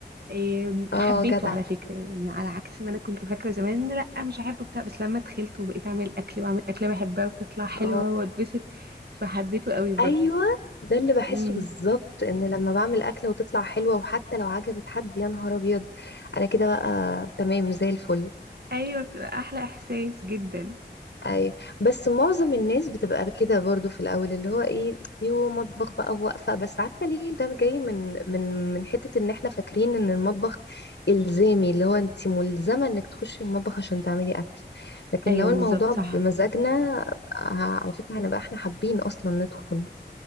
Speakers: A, on the right (about 60°); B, on the left (about 80°).
A: إيه،
B: اه
A: حبيته
B: جدع
A: على فكرة يعني على عكس ما أنا كنت فاكرة زمان إن لأ مش هحبه بتاع بس لما دخلت وبقيت أعمل أكل وأعمل أكلة بحبها وتطلع حلوة
B: اه
A: وأتبسط فحبيته قوي برضو
B: ايوه ده اللي بحسه
A: امم
B: بالظبط ان لما بعمل اكلة وتطلع حلوة وحتى لو عجبت حد يا نهار ابيض انا كده بقى تمام زي الفل
A: أيوة بتبقى أحلى إحساس جدا
B: اي بس معظم الناس بتبقى كده برضو في الاول اللي هو ايه يو مطبخ بقى واقفه بس عارفه ليه ده جاي من من من حته ان احنا فاكرين ان المطبخ الزامي اللي هو انت ملزمه انك تخشي المطبخ عشان تعملي اكل لكن
A: أيوة
B: لو الموضوع
A: بالظبط صح
B: بمزاجنا ه- على فكره هنبقى احنا حابين اصلا ندخل